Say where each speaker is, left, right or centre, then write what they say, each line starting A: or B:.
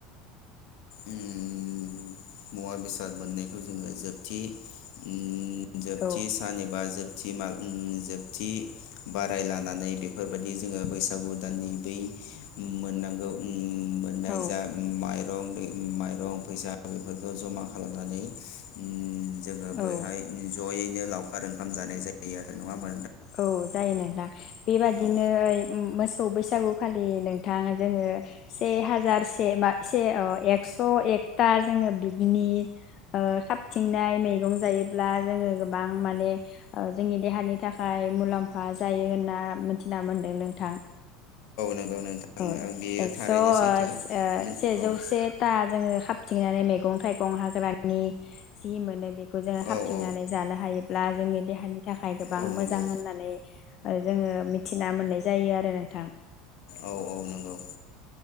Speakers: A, on the left; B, on the left.
A: उम मुवा बेसाद मोननायखौ जोङो जोबथि उम जोबथि
B: औ
A: सान एबा जोब थि माल उम जोबथि बाराय लानानै बेफोरबादि जोङो बैसागु दाननि बै मोननांगौ उम मोननाय
B: औ
A: जा माइरं दै माइरं फैसा बेफोरखौ जमा खालामनानै उम जोङो बैहाय
B: औ
A: ज'यैनो लावखार ओंखाम जानाय जायो आरो नङा होनबा नों
B: औ जायो नोंथां बेबादिनो
A: औ
B: ओइ मोसौ बैसागुखालि नोंथां जोङो से हाजार से मा से अ एकस' एकथा जोङो बि <unintelligible> नि खाबथिंनाय मैगं जायोब्ला जोङो गोबां माने ओ जोंनि देहानि नि थाखाय मुलाम्फा जायो होनना मिथिना मोनदों नोंथां।
A: नंगौ नोंथां
B: अ
A: आं बेयो
B: एक्स'
A: थारैनो
B: ओ
A: सैथो
B: ओ सेजौ
A: औ
B: सेथा जोङो खाब थिंनानै मैगं थाइगं हाग्रानि जि मोनो बे खौ जोङो खाबथिंनानै
A: औ औ
B: जानो हायो। ब्ला जोंनि देहानि थाखा बां
A: औ
B: मोजां
A: नंगौ
B: होननानै ओ जोङो मिथिना मोननाय जायो आरो नोंथां।
A: औ औ नोंगौ।